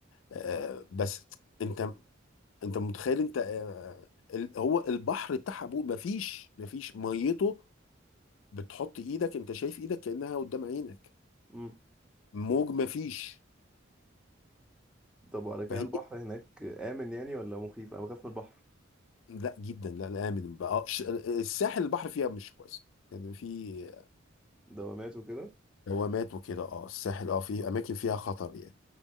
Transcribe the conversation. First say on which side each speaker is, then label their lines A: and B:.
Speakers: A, on the left; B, in the centre.
A: آه، بس انت انت متخيل انت آه، ال- هو البحر بتاعها ابوه مفيش مفيش ميته بتحط ايدك انت شايف ايدك كأنها قدام عينك
B: امم
A: موج مفيش
B: طب وعلى كده
A: فهي
B: البحر هناك آمن يعني ولا مخيف انا بخاف من البحر
A: لا جدا لا لا امن بقى آه، ش- الساحل البحر فيها مش كويس يعني في
B: دوامات وكده
A: دوامات وكده اه الساحل اه في اماكن فيها خطر يعني